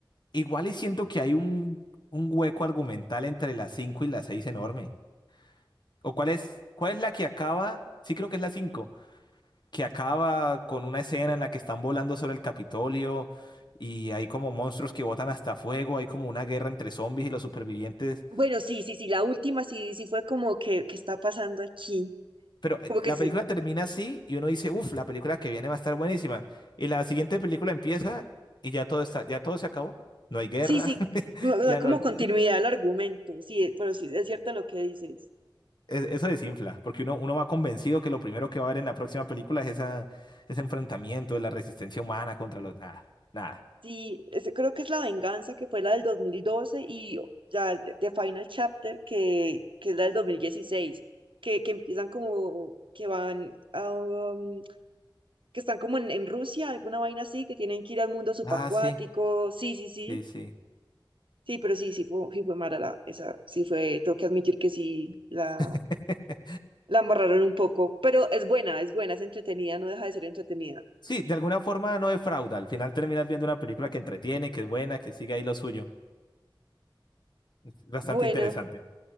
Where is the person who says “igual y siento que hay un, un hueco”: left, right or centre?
Left